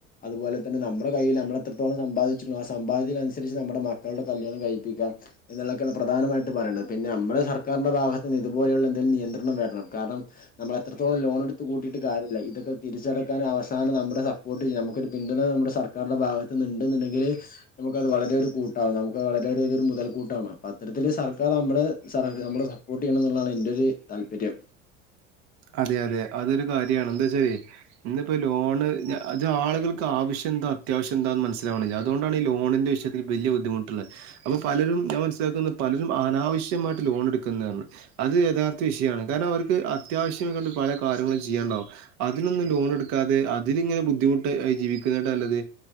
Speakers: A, on the left (about 25°); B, on the right (about 50°).
A: അതുപോലെ തന്നെ നമ്മുടെ കയ്യിൽ നമ്മള എത്രത്തളം സമ്പാദിച്ചി ആ സമ്പാദത്തിനനുസരിച്ച് നമ്മുടെ മക്കളുടെ കല്യാണം, കഴിപ്പിക്കുക എന്നുള്ളൊെയാണ് പ്രധാനമായിട്ട് പറയത് പിന്നെ നമ്മുടെ സർക്കാരിന്റെ ഭാഗത്ത് നി ഇതുപോലുള്ള എന്തും നിയ ണം വരണം കാരണം നമ്മൾ എത്രത്തോളം ലോൺ എടുത്ത് കൂട്ടിയിട്ട് കാര്യമില്ല ഇതൊക്കെ തിരിച്ചെടക്കാൻ അവസാന നമ്മുടെ സപ്പോർട്ട് ചെയ്യാം നമുക്കൊരു പിന്തുണ നമ്മുടെ സർക്കാരിന്റെ ഭാഗത്തുന്നുണ്ടെന്നുണ്ടെങ്കിൽ നമുക്കത് വളരെ ഒരു കൂട്ടാകും നമുക്ക് ഇതൊരു മുതൽക്കൂട്ടാണ് അപ്പൊ അത്തരത്തിൽ സർക്കാർ നമ്മെ സപ്പോർട്ട് ചെയ്യണം എന്നുള്ളാണ് എന്റെ ഒരു താല്പര്യം
B: അതെ അതെ അതൊരു കാര്യമാണ് എന്താ വച്ചാല് ഇന്നിപ്പോ ലോണ് അത് ആളുകൾക്ക് ആവശ്യം എന്താ അത്യാവശ്യം എന്താണെന്ന് മനസ്സിലാവുന്നില്ല അതൊണ്ടാണ് ഈ ലോണിന്റെ വിഷയത്തിൽ വലിയ ബുദ്ധിമുട്ടുള്ളത് അപ്പൊ പലരും ഞാൻ മനസ്സിലാക്കുന്നു പലരും അനാവശ്യമായിട്ട് ലോൺ എടുക്കുന്നതാണ് അത് യഥാർത്ഥ വിഷയമാണ്. കാരണം അവർക്ക് അത്യാവശ്യം പല കാര്യങ്ങളും ചെയ്യാനിണ്ടാകും അതിനൊന്നും ലോൺ എടുക്കാതെ അതിലിങ്ങനെ ബുദ്ധിമുട്ട് ജീവിക്കുന്നകാളും നല്ലത്